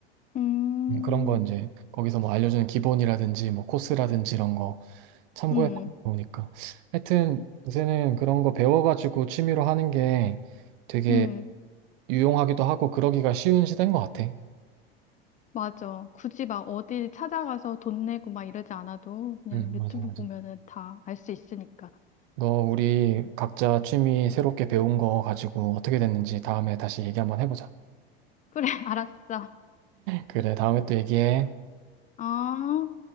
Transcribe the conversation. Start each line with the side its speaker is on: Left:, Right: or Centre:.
Left: 음,
Right: 음, 그런 거 이제 거기서 뭐 알려주는 기본이라든지 뭐 코스라든지 이런 거 참고해
Left: 음,
Right: 보니까. 하여튼 요새는 그런 거 배워가지고 취미로 하는 게 되게
Left: 음.
Right: 유용하기도 하고 그러기가 쉬운 시대인 것 같아.
Left: 맞아. 굳이 막 어디 찾아가서 돈 내고 막 이러지 않아도 그냥
Right: 응,
Left: 유튜브
Right: 맞아, 맞아.
Left: 보면은 다 알 수 있으니까.
Right: 너 우리 각자 취미 새롭게 배운 거 가지고 어떻게 됐는지 다음에 다시 얘기 한번 해보자.
Left: 그래, <laughs> 알았어.
Right: 그래, 다음에 또 얘기해.
Left: 어.